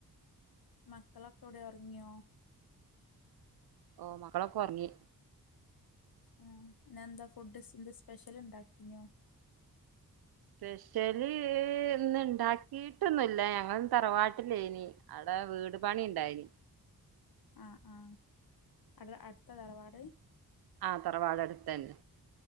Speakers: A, on the left; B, on the right.
A: മക്കളൊക്കെ എവിടെ ഒറങ്യോ
B: ഓ മക്കളൊക്കെഒറങ്ങി
A: ആഹ് ഇന്നെന്താഫുഡ് സ് സ്പെഷ്യൽ ഉണ്ടാക്കിനോ
B: സ്പെഷ്യല് ഇന്ന്ണ്ടാക്കിയിട്ടൊന്ന്ല്ല ഞങ്ങൾ തറവാട്ടില്ലേയ്നിഅവ്ടെ വീട് പണി ണ്ടായ്നി
A: ആഹ് ആഹ് അട് ‌അട്ത്താ തറവാട്
B: ആഹ് തറവാടടുത്തന്നെ